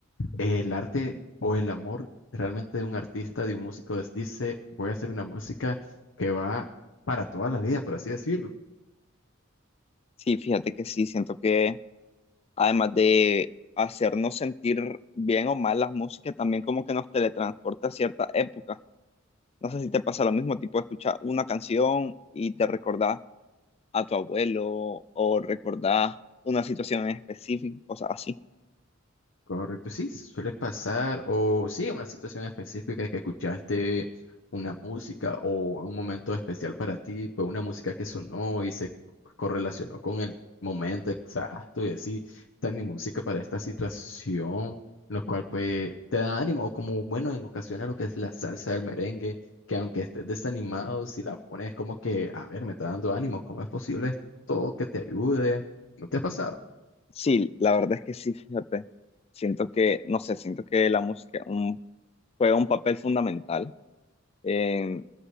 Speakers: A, on the left; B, on the left.
A: el arte o el amor realmente de un artista, de un músico, les dice, voy a hacer una música que va para toda la vida, por así decirlo.
B: Sí, fíjate que sí, siento que además de hacernos sentir bien o mal las músicas, también como que nos teletransporta a cierta época. No sé si te pasa lo mismo, tipo escuchar una canción y te recordás a tu abuelo o recordás una situación en específico, cosas así.
A: Correcto, sí, suele pasar, o sí, en una situación específica que escuchaste una música o un momento especial para ti, fue una música que sonó y se correlacionó con el momento exacto y así, está mi música para esta situación, lo cual pues te da ánimo, o como bueno, en ocasiones lo que es la salsa del merengue, que aunque estés desanimado, si la pones como que, a ver, me está dando ánimo, ¿cómo es posible esto que te ayude? ¿No te ha pasado?
B: Sí, la verdad es que sí, fíjate. Siento que, no sé, siento que la música un- juega un papel fundamental en,